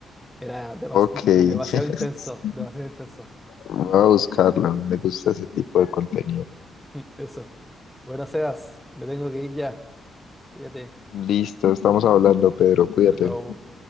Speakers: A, in the centre; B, on the left.
A: Era demas-
B: Ok,
A: demasiado
B: <laughs>
A: intenso, demasiado intenso.
B: voy a buscarlo, me gusta ese tipo de contenido.
A: <laughs> Eso. Bueno, Sebas, me tengo que ir ya. Cuídate.
B: Listo, estamos hablando, Pedro, cuídate.
A: Chao, chao.